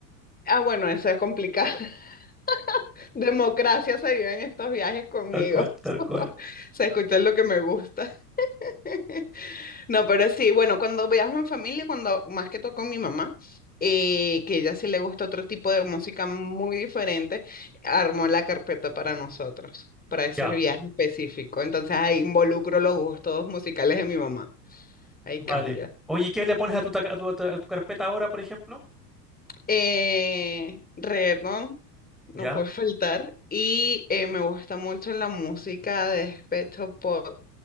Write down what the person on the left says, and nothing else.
Ah, bueno, eso es complicado. <laughs> Democracia se vive en estos viajes conmigo.
<laughs>
Se escucha lo que me gusta. <laughs> No, pero sí, bueno, cuando viajo en familia, cuando más que todo con mi mamá, eh, que ella sí le gusta otro tipo de música muy diferente, armó la carpeta para nosotros, para ese
viaje específico. Entonces ahí involucro los gustos musicales de mi mamá. Ahí
cambia.
Eh, reggaetón, no
puede <laughs> faltar. Y eh, me gusta mucho la música de despecho pop.